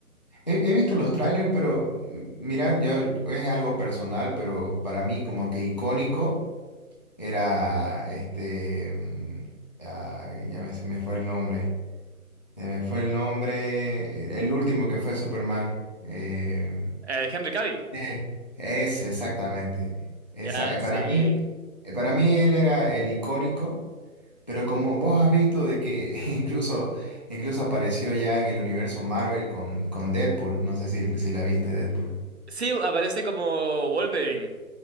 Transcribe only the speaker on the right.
Eh, Henry Cavill.
Ya,
sí.
Sí, aparece como Wolverine.